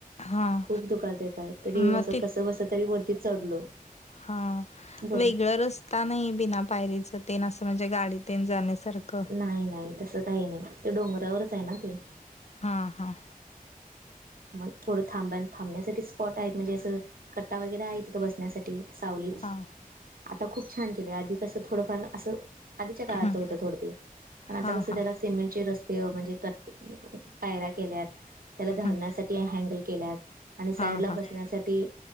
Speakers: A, on the left; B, on the right.
A: हां.
B: खूप दुखालते पाय तरी
A: आहे कसं
B: असं कस बस तरी वरती चढलो.
A: हा
B: बोला
A: वेगळं रस ता नाही बिना पायरीच तेन असं म्हणजे गाडीतेन जाण्यासारखं.
B: नाही नाही तसं काही नाही ते डोंगरावरच आहे ना ते.
A: हा हा.
B: मग थोडं थांब थांबण्यासाठी स्पॉट आहेत म्हणजे असं कट्टा वगैरे आहे तिथं बसण्यासाठी सावलीत.
A: हां
B: आता खूप छान केले. आधि कसं थोडंफार असं आधीच्या काळातलं
A: हं
B: होतं थोडं ते. पण आता
A: हां
B: कसं
A: हां.
B: त्याला सिमेंटचे रस्ते व म्हणजे पायऱ्या केल्यात त्याला धरण्या
A: हं.
B: साठी हँडल केल्यात आणि साईडला
A: हां हां.
B: बसण्यासाठी